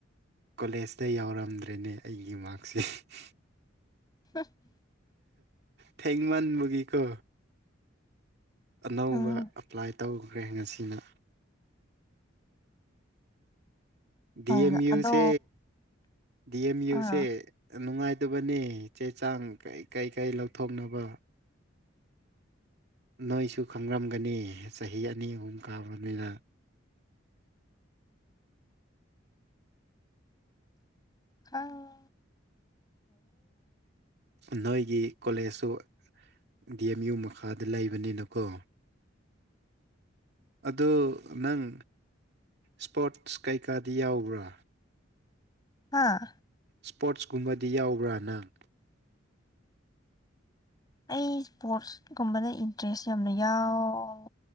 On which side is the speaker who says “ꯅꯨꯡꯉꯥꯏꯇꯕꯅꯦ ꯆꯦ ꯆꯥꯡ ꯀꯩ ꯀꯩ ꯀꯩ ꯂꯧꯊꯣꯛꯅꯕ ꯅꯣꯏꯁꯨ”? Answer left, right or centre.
Right